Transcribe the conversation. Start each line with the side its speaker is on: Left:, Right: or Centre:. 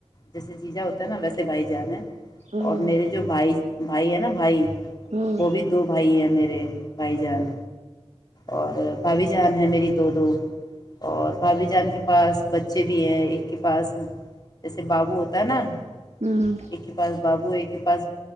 Left: جیسے جی جا ہوتا ہے نا ویسے بھائی جان ہے
Right: ہوں
Left: اور میرے جو بھائی بھائی ہے نا بھائی
Right: ہوں
Left: وہ بھی تو بھائی ہیں میرے بھائی جان اور بھھی بھابھی جان ہیں میری دو دو اور بھابھی جان کے پاس بچے بھی ہیں ایک کے پاس جیسے بابو ہوتا ہے نا
Right: ہوں
Left: ایک کے پاس بابو ایک کے پس